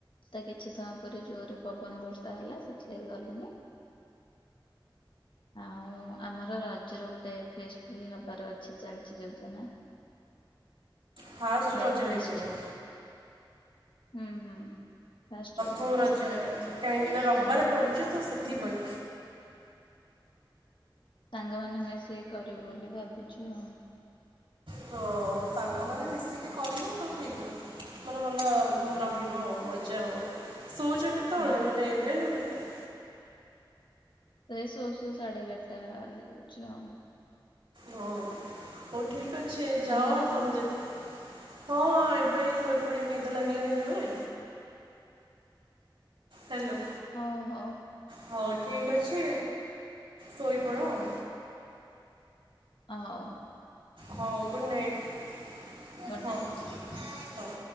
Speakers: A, on the left; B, on the right.
A: ତା କିଛି ସମୟ ପରେ ଜୋରେ ପବନ ବର୍ଷା ହେଲା ସେଥିଲାଗି ଗଲୁନି। ଆଉ ଆମର ରଜ ର ଗୋଟେ ଫେଷ୍ଟ ବି ହବାର ଅଛି। ଚାଲିଛି ଯୋଜନା।
B: ଫାଷ୍ଟ
A: ବ୍ୟାଚ୍
B: ରଜ ହେଇଥିବ।
A: ଫିଷ୍ଟ ହୁଁ ହୁଁ ଫାଷ୍ଟ ରଜ।
B: କୋ ରଜ ରେ କାହିଁକିନା ରବିବାରେ ପଡ଼ୁଛି ତ ସେଥିପାଇଁ।
A: ସାଙ୍ଗମାନେ ମିଶିକି କରିବୁ ବୋଲି ଭାବିଚୁ ଆଉ।
B: ହଁ ସାଙ୍ଗମାନେ ମିଶିକି କରିବ ତ ଠିକ୍ ମାନେ ଭଲ ରହିବ ଆଉ ମଜା ଆଉ ଶଉଛ କେତେ କେତେବେଳେ
A: ହଁ
B: ମାନେ ଏବେ ନା କେତେ
A: ଏଇ ଶଉ ଶଉ ସାଢେ ଏଗାରଟା ହେଇଯାଉଚି ଆଉ।
B: ହଁ ହଉ ଠିକ୍ ଅଛି ଯ
A: ତମର
B: ତମ ଯେ ହଁ ଏବେ ଶୋଇପଡିିବ ନିଦ ଲାଗିଲାଣି ଜୋରେ? ହାଲୋ।
A: ଓ ହୋ।
B: ହଉ ଠିକ୍ ଅଛି ଶୋଇପଡ଼ ଆଉ।
A: ଓ ହୋ।
B: ହଁ ଗୁଡ଼୍ ନାଇଟ୍
A: ଗୁଡ୍
B: ହଁ
A: ନାଇଟ୍
B: ହଉ।